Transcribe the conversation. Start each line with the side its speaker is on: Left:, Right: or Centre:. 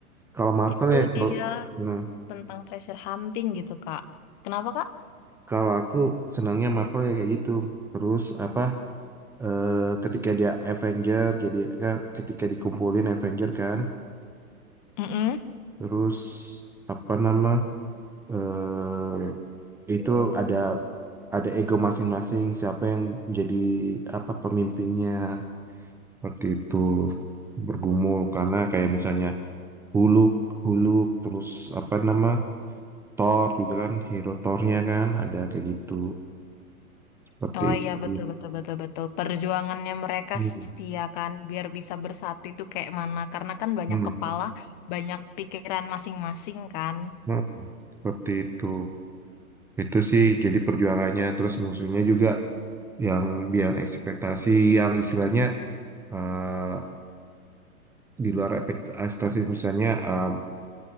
Centre: Kalau Marvel
Left: Itu
Centre: ya, kalau
Left: dia
Centre: hmm,
Left: tentang treasure hunting gitu, Kak. Kenapa, Kak?
Centre: kalau aku senangnya Marvel ya kayak gitu. Terus apa? eh, ketika dia Avenger, jadi eh, ketika dikumpulin Avenger kan.
Left: Mm-mm.
Centre: Terus apa nama? Eh, itu ada ada ego masing-masing siapa yang jadi apa pemimpinnya seperti itu bergumul karena kayak misalnya Huluk Huluk terus apa nama Thor juga kan hero Thornya kan ada kayak gitu seperti
Left: Oh iya, betul,
Centre: itu
Left: betul, betul, betul. Perjuangannya mereka
Centre: Hmm.
Left: sih ya kan, biar bisa bersatu itu kayak mana. Karena kan banyak
Centre: Hmm.
Left: kepala, banyak pikiran masing-masing kan.
Centre: Hmm. seperti itu itu sih jadi perjuangannya terus musuhnya juga yang biar ekspektasi yang istilahnya eh, di luar ekspektasi misalnya um,